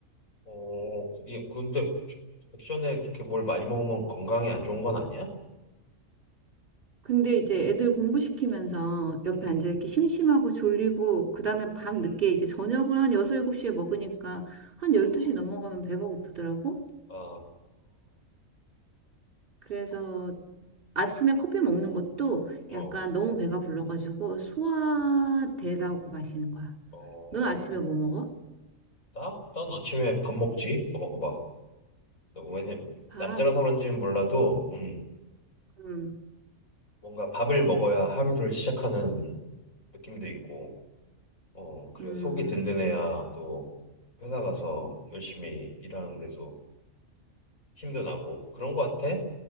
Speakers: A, on the left; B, on the right.
A: 어, 그- 예, 근데 액션에 그렇게 뭘 많이 먹으면 건강에 안 좋은 건 아니야?
B: 근데 이제 애들 공부시키면서 옆에
A: 음,
B: 앉아있기 심심하고 졸리고 그다음에 밤늦게
A: 음,
B: 이제 저녁을 한 6, 7시에 먹으니까 한 12시
A: 어,
B: 넘어가면 배가 고프더라고.
A: 아,
B: 그래서
A: 그렇,
B: 아침에 커피 먹는
A: 어,
B: 것도
A: 어,
B: 약간 너무 배가 불러가지고 소화되라고
A: 어,
B: 마시는 거야.
A: 어.
B: 넌 아침에 뭐 먹어?
A: 나, 난 아침에 밥 먹지, 꼬박꼬박. 왜냐,
B: 밥.
A: 남자라서 그런지는 몰라도, 응.
B: 음.
A: 뭔가 밥을 먹어야 하루를 시작하는 느낌도 있고, 어, 그래
B: 음.
A: 속이 든든해야 또 회사 가서 열심히 일하는데도 힘도 나고 그런 것 같아.